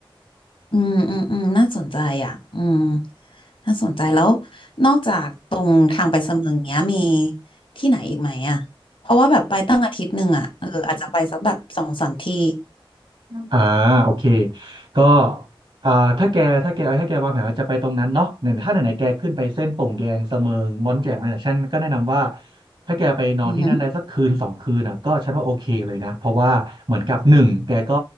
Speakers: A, on the left (about 70°); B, on the right (about 65°).
A: อืมอืมอืมน่าสนใจอ่ะอืมน่าสนใจแล้วนอกจากตรงทางไปเสมิงเนี้ยมีที่ไหนอีกไหมอะเพราะว่าแบบไปตั้งอาทิตย์หนึ่งอะเอออาจจะไปสักแบบสองสามที่
B: อ่าโอเคก็อ่าถ้าแกถ้าแกถ้าแกวางแผนว่าจะไปตรงนั้นเนาะเนี่ยถ้าไหนๆแกขึ้นไปเส้นโป่งแยงเสมิงม้อนแจ่มเนี่ยฉันก็แนะนำว่าถ้าแกไปนอนที่นั่นได้สักคืนสองคืนอ่ะก็ฉันว่าโอเคเลยนะเพราะว่าเหมือนกับหนึ่งแกก็
A: อืม